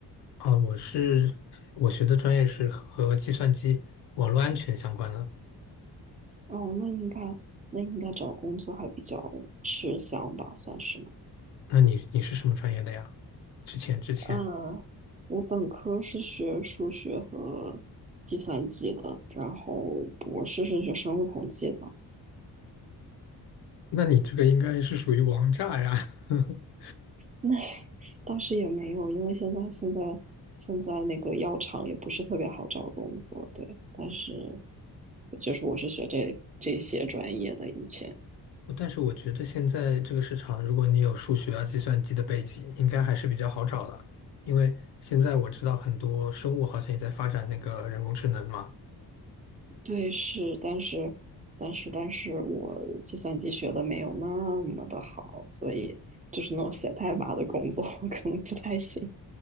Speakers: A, on the left (about 75°); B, on the right (about 20°).
A: 啊、我是我学的专业是和计算机网络安全相关的。
B: 哦，那应该，那应该找工作还比较吃香吧，算是吗？
A: 那你你是什么专业的呀？之前之前，
B: 呃，我本科是学数学和计算机的，然后博士是学生物统计的。
A: 那你这个应该是属于王炸呀。<laughs>
B: 那 <laughs> 倒是也没有，因为现在现在现在那个药厂也不是特别好找工作，对。但是对就是我是学这这些专业的，以前
A: 但是我觉得现在这个市场，如果你有数学啊、计算机的背景，应该还是比较好找的。因为现在我知道很多生物好像也在发展那个人工智能嘛，
B: 对是，但是但是但是我计算机学的没有那么的好，所以就是那种写代码的工作 <laughs>，我可能不太行。